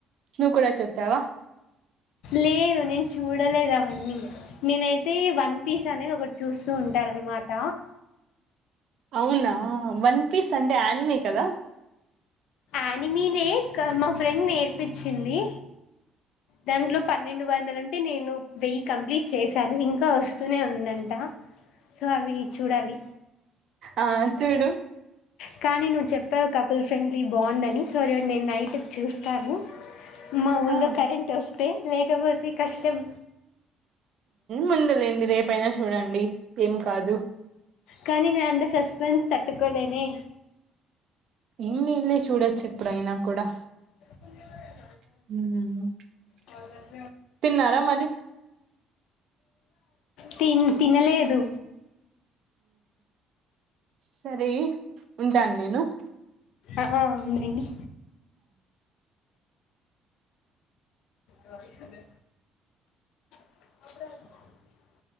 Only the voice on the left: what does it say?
లేదు నేను చూడలేదు అవన్నీ నేనైతే వన్ పీస్ అనేది ఒకటి చూస్తూ ఉంటారు అనమాట
ఆనిమీనే మా ఫ్రెండ్ నేర్పించింది. దాంట్లో పన్నెండు వందలుంటే నేను వెయ్యి కంప్లీట్ చేశాను. ఇంకా వస్తూనే ఉందంట సో అవి చూడాలి.
కానీ నువ్వు చెప్పావు. కపుల్ ఫ్రెండ్లీ బాగుందని సో నేను నైట్ చూస్తాను. మా ఊర్లో
కరెంట్ వస్తు లేకపోతి కష్టం.
కానీ నేను అంత సస్పెన్స్ తట్టుకోలేనే
అ
అవు
తిన్ తినలేదు.
ఆ అవునండి అ అదే అప్పుర